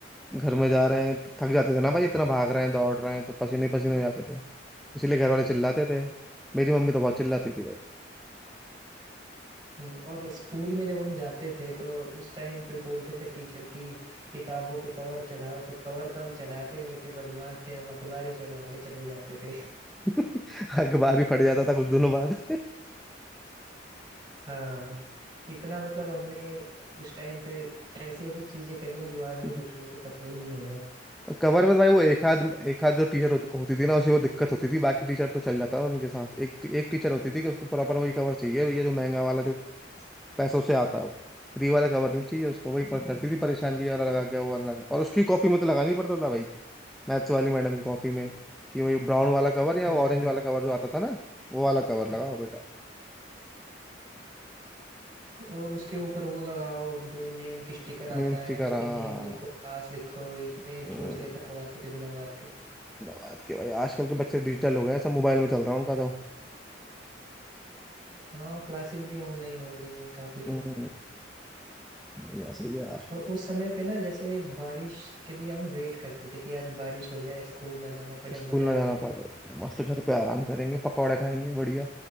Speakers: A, in the centre; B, on the right.
A: घर में जा रहे हैं थक जाते थे ना भाई इतना भाग रहे हैं दौड़ रहे हैं तो पसीने पसीने हो जाते थे इसीलिए घर वाले चिल्लाते थे मेरी मम्मी तो बहुत चिल्लाती थी भाई
B: हम्म, और स्कूल में जब हम जाते थे तो उस टाइम पे बोलते थे टीचर की किताबों पे कवर चढ़ाओ तो कवर तो हम चढ़ाते नहीं थे बदमाश थे हम अखबार ही चढ़वा के चले जाते थे <laughs>
A: <laughs> अखबार ही फट जाता था कुछ दिनों बाद
B: हाँ इतना मतलब हमने उस टाइम पे ऐसी ऐसी चीजें करी हैं जो आज के
A: <laughs>
B: बच्चों को तो पता ही नहीं होगा
A: कवर में तो भाई वो एक आध एक आध जो टीचर होती थी ना उसे वो दिक्कत होती थी बाकी टीचर तो चल जाता था उनके साथ एक एक टीचर होती थी कि उसको प्रॉपर वही कवर चाहिए भैया जो महंगा वाला जो पैसों से आता है वो फ्री वाला कवर नहीं चाहिए उसको वही पर करती थी परेशान किया वाला लगा क्या वो वाला लगा और उसकी कॉपी में तो लगाना ही पड़ता था भाई मैथ्स वाली मैडम की कॉपी में कि वही ब्राउन वाला कवर या
B: हाँ
A: ऑरेंज वाला कवर जो आता था ना वो वाला कवर लगाओ बेटा
B: और उसके ऊपर वो लगाओ जो नेम की स्टिकर आता
A: नेम स्टिकर
B: है उस
A: हाँ
B: पे नेम लिखो क्लास लिखो इतने
A: हम्म,
B: चोचले करवाते थे बिना बात के
A: बड़ा बात के भाई आजकल के बच्चे डिजिटल हो गए सब मोबाइल में चल रहा है उनका तो
B: हाँ क्लासेस भी ऑनलाइन हो गई हैं काफी
A: हम्म,
B: तो
A: बढ़िया सही है यार
B: और उस समय पे ना जैसे बारिश के लिए हम वेट करते थे कि आज बारिश हो जाए स्कूल ना जाना पड़े
A: स्कूल
B: मजा
A: ना
B: आ
A: जाना
B: जाएगा
A: पड़ेगा मस्त घर पे आराम करेंगे पकौड़े खाएंगे बढ़िया